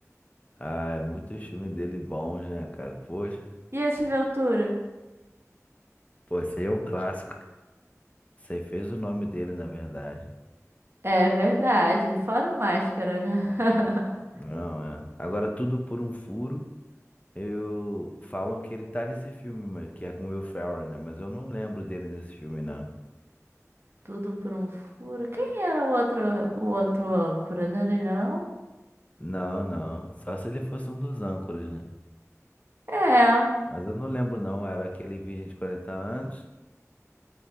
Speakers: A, on the left; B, on the right.
A: Ah, é muitos filmes dele bons, né, cara? Poxa,
B: E esse Ventura?
A: pô, esse aí é um clássico. Esse aí fez o nome dele, na verdade.
B: É verdade, fora o máscara, né? <laughs>
A: Não, é. Agora, Tudo por um Furo, eu... Falam que ele tá nesse filme, mas que é com o Will Ferrell, né? Mas eu não lembro dele nesse filme, não.
B: Tudo por um furo. Quem era o outro, o outro âncora? Não era ele, não?
A: Não, não. Só se ele fosse um dos âncoras, né?
B: É,
A: Mas eu não lembro, não. Era aquele virgem de 40 anos,